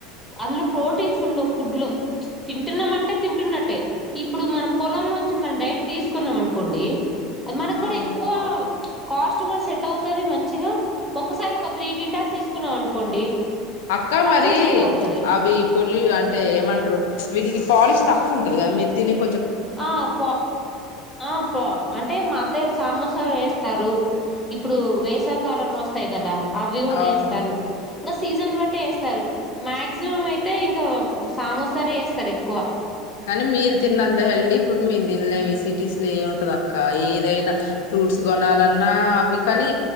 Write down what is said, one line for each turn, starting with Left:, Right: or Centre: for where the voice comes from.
Centre: అందులో ప్రోటీన్స్ ఉండవు ఫుడ్ లో తింటున్నాం అంటే తింటున్నట్టే ఇప్పుడు మనం పొలంలో నుంచి మనం డైట్ తీసుకున్నాం అనుకోండి మనకి కూడా
Left: అవును
Centre: ఎక్కువ కాస్ట్ కూడా సెట్ అవుతుది మంచిగా ఒకసారి ఒక త్రీ కింటాల్స్ తీసు చకున్నాం అనుకోండి
Left: అక్క మరి
Centre: కూడా సెట్ అవుతది
Left: అవి పొలి అంటే ఏమంటారు వీటికి పాలిష్ తక్కువ కుంటది కద మీరు తిననికి
Centre: ఆ పో ఆ పో అంటే మా అత్తయ్య వాల్ సామోసాలు వేస్తారు ఇప్పుడు వేసవి కాలంలో వస్తాయి కదా అవి కూడా
Left: అవును
Centre: వేస్తారు ఇంకా సీజన్ బటి వేస్తారు మాక్సిమం అయితే ఇంకా సామోసారే వేస్తారు ఎక్కువ
Left: కానీ మీరు తిన్నంత హెల్దీ ఫుడ్ మేము తినలేము సిటీస్ లో ఉంటది అక్క ఏదైనా ఫ్రూట్స్ కొనాలన్నా అవి కానీ